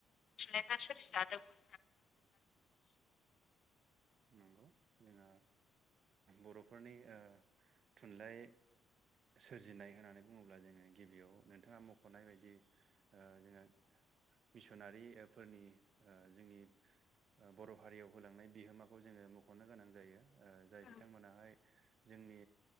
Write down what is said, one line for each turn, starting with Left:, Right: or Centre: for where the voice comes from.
Left: थुनलाइफ्रा सोरजि जादोंमोन
Right: नंगौ जोंङो बर'फोरनि ओ थुनलाइ सोरजिनाय होननानै बुङोब्ला जोङो गिबियाव नोंथाङा मख'नाय बायदि ओ जोङो मिसनारि फोरनि जोंनि बर' हारियाव होलांनाय बिहोमा खौ जोङो मख'नो गोनां जायो जाय
Left: आरो
Right: बिथांमोनाहाय जोंनि